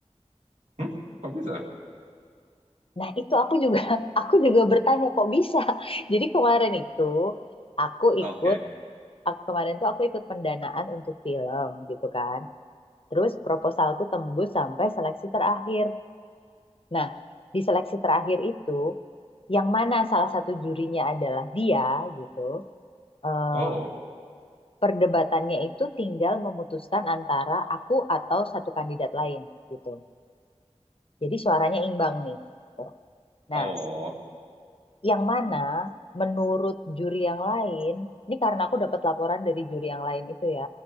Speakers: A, on the right (about 80°); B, on the left (about 50°).
A: Hmm? Kok bisa?
B: Nah itu aku juga <laughs> aku juga bertanya kok bisa. <laughs> Jadi kemarin itu aku
A: Oke.
B: ikut aku- kemarin tuh aku ikut pendanaan untuk film gitu kan. Terus proposalku tembus sampai seleksi terakhir. Nah di seleksi terakhir itu yang mana salah satu jurinya adalah dia gitu. em,
A: Oh,
B: perdebatannya itu tinggal memutuskan antara aku atau satu kandidat lain gitu. Jadi suaranya imbang nih. gitu. Nah,
A: oh,
B: Yang mana menurut juri yang lain, ini karena aku dapat laporan dari juri yang lain itu ya.